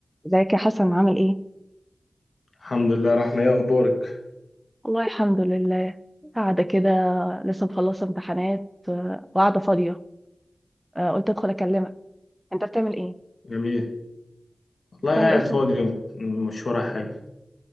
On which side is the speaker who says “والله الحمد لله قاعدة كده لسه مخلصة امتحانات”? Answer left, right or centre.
Centre